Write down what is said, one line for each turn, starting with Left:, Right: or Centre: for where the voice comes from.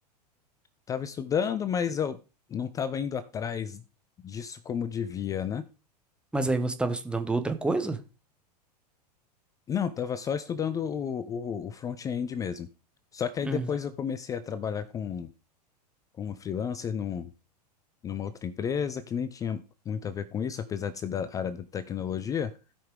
Left: estava estudando, mas eu não estava indo atrás disso como devia, né?
Centre: Mas aí você estava estudando outra coisa?
Left: Não, estava só estudando o, o, o front-end mesmo. Só que aí
Centre: Hum.
Left: depois eu comecei a trabalhar com, como freelancer numa outra empresa que nem tinha muito a ver com isso, apesar de ser da área da tecnologia,